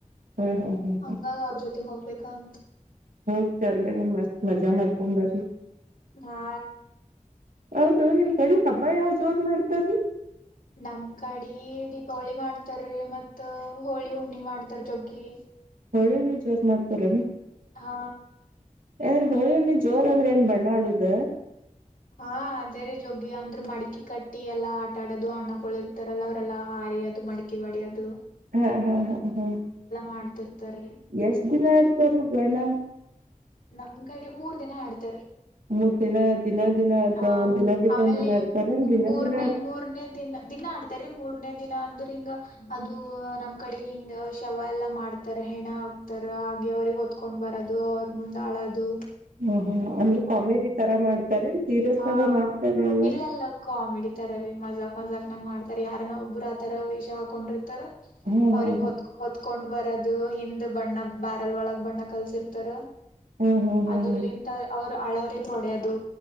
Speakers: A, on the right; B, on the left.
A: ಹ್ಮ್ ಹ್ಮ್ ಹ್ಮ್
B: ಹಂಗಾಗ ಅವ್ರ ಜೊತೆಗೆ ಹೋಗ್ಬೇಕ ಅಂತ
A: ಹೌೋಗ ಚಲ್ಲ ಮಸ್ತ್ ಮಜಾ ಮಾಡ್ಕಾ ಬರಿ
B: ಹಾ
A: ಹೌದು ನಿಮ್ ಕಡೆ ಹಬ್ಬ ಯಾವ್ ಜೋರ್ ಮಾಡ್ತಾರರಿ
B: ನಮ್ ಕಾಡಿ ದೀಪಾವಳಿ ಮಾಡ್ತಾರ ಮತ್ ಹೋಳಿ ಹುಣ್ಣಿ ಮಾಡ್ತಾರ ಜೊಗ್ಗಿ
A: ಹಳ್ಳಳ್ಳಿ ಜೋರ್ ಮಾಡ್ತರ
B: ಹಾ
A: ಏಂದ್ರೆ ಹುಳಿ ಹುಣ್ಣಿ ಜೋರ ಅಂದ್ರೆ ಏನ್ ಬಣ್ಣಾ ಆಡುದ
B: ಹಾ ಅದೇ ರೀ ಜೊಗ್ಗಿ ಅಂದ್ರೆ ಮಡಕಿ ಕಟ್ಟಿ ಎಲ್ಲಾ ಆಟಾಡೋದು ಅಣ್ಣಗಳ ಇರ್ತಾರಲ್ಲ ಅವ್ರೆಲ್ಲಾ ಅದು ಮಡಿಕೆವಾಡಿ ಅದು
A: ಹಾ ಹಾ ಹಾ ಹಾ
B: ಮಾಡ್ತಿರ್ತಾರೀ
A: ಎಷ್ಟ ದಿನ ಆಡ್ತಾರ ಬಣ
B: ನಮ್ಗಡೆ ಮೂರ್ ದಿನ ಆಡ್ತಾರ
A: ಮೂರ್ ದಿನ ದಿನ ದಿನ ಅಥವಾ
B: ಹ
A: ಒಂದ್ ದಿನ ಬಿಟ್ಟು
B: ಆಮೇಲೆ
A: ಒಂದ್ ದಿನ ಆಡ್ತಾರೇನ್ ದಿನ
B: ಮೂರನೇ
A: ದಿನ ಆಡ್
B: ಮೂರನೇ ದಿನ ದಿನ ಆಡ್ತೇರಿ ಮೂರ್ನೇ ದಿನ ಅಂದ್ರೆ ಹಿಂಗ ಅದು ನಮ್ ಕಡೆ ಹಿಂಗ ಶವ ಎಲ್ಲ ಮಾಡ್ತಾರ ಹೆಣ ಆಗ್ತಾರ ಹಾಗೆ ಅವ್ರಿಗೆ ಹೊತ್ಕೊಂಡ್ ಬರೋದು ಅವ್ರ ಮುಂದ್ ಆಳೋದು ಹ
A: ಹ ಹ ಅಂದ್ರೆ ಕೊಾಮೇದಿ ತರ ಮಾಡ್ತಾರೆ ಸೀರಿಯಸ್
B: ಹಾ
A: ಆಗ ಮಾಡ್ತಾರೆ ಎಲ್ಲ
B: ಇಲ್ಲೆಲ್ಲ ಕಾಮಿಡಿ ತರ ಮಜಾಕ್ ಮಜಾಕ್ನಾಗ ಮಾಡ್ತಾರ ಯಾರ ಒಬ್ರು ಆತರ ವೇಷ ಹಾಕೊಂಡಿರ್ತಾರ
A: ಹ್ಮ್ ಹ್ಮ್
B: ಅವ್ರ ಹೊ ಹೊ ಕೊಂಡ್ ಬರದು ಹಿಂದ್ ಬಣ್ಣ ಬ್ಯಾರಲ್ ಒಳಗ್ ಬಣ್ಣ ಕಲ್ಸಿರ್ತಾರ
A: ಹ್ಮ್ ಹ್ಮ್ ಹ್ಮ್ ಹ್ಮ್ ಹ್ಮ್ ಹ್ಮ್
B: ಅದರ್ಲಿಂತ ಅವರು ಅಳವ್ರರಿಗೆ ಹೊಡೆ ಅದು